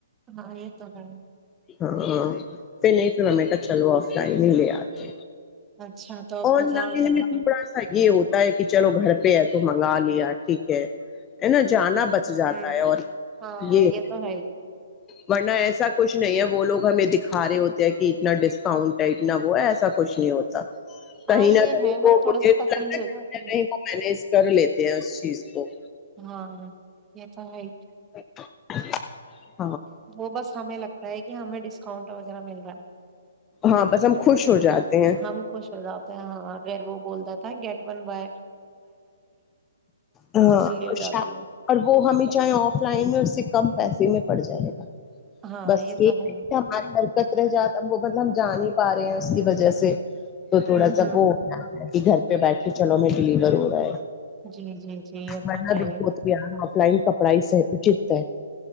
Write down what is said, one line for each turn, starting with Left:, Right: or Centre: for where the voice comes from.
Right: ہاں یہ تو ہے
Left: ہاں پھر نہیں پھر ہمیں کہ چلو آ ائ ہی لے آتے
Right: اچھا تو آپ
Left: آن
Right: بازار
Left: لائن
Right: جائیں
Left: میں تھوڑا
Right: گے
Left: سا یہ ہوتا ہے کہ چلو گھر پہ ہے تو منگا لے یار ٹھیک ہے ہے نا جانا
Right: ہوں
Left: بچ جاتا ہے اور
Right: ہاں
Left: یہ
Right: تو ہے ہی
Left: ورنہ ایسا کچھ نہیں ہے وہ لوگ ہمیں دکھا رہے ہوتے ہیں کہ اتنا ڈسکاؤنٹ ہے اتنا وہ ہے ایسا کچھ نہیں ہوتا کہیں
Right: ہاں یہ
Left: نہ کہیں
Right: ہے بس
Left: وہ
Right: تھوڑا
Left: کہیں
Right: سا تسلی
Left: نہ
Right: ہو جاتی ہے
Left: کہیں وہ مینج کر لیتے ہیں اس چیز کو
Right: ہاں یہ تو ہے
Left: <inaudible>
Right: وہ بس ہمیں لگتا ہے کہ ہمیں ڈسکاؤنٹ وغیرہ مل رہا ہے
Left: ہاں بس ہم خوش ہو جاتے ہیں
Right: ہم خوش ہو جاتے ہیں ہاں ایر وہ بولتا تھا گیٹ بن ب ہے
Left: ہاں
Right: تسلی ہو جاتی ہے
Left: اور وہ ہمیں چاہیں آف لائن میں اس سے کم پیسے میں پڑ جائے گا
Right: ہاں
Left: بس یہ
Right: تو ہے
Left: ہماری حرکت رہ جاتا وہ مطلب ہم جان پا رہے ہیں اس کی وجہ سے تو تھوڑا
Right: ہوں
Left: سا
Right: ہوں
Left: گو کہ گھر پہ بیٹھے چلو میں ڈلیور ہاں
Right: جی جی جی یہ
Left: ملا
Right: تو ہے
Left: د تویار آف لائن کپڑا ہی سے اچت ہے